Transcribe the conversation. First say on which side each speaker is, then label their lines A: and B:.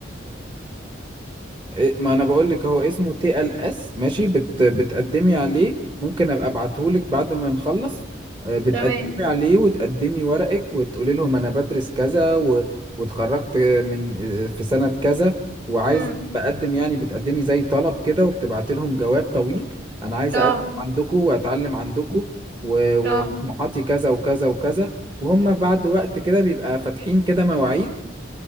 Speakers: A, on the right; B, on the right.
A: إيه، ما انا بقول لك هو اسمه تي ال اس ماشي بت بتقدمي عليه ممكن ابقى ابعته لك بعد ما نخلص آه، بتقدمي
B: تمام
A: عليه وتقدمي ورقك وتقولي لهم انا بدرس كذا و... واتخرجت من آه، في سنة كذا وعايز
B: امم
A: بقدم يعني بتقدمي زي طلب كده وبتبعتي لهم جواب طويل انا عايز
B: اه
A: اقدم عندكم واتعلم عندكم و- وطموحاتي
B: اه
A: كذا وكذا وكذا وهم بعد وقت كده بيبقى فاتحين كده مواعيد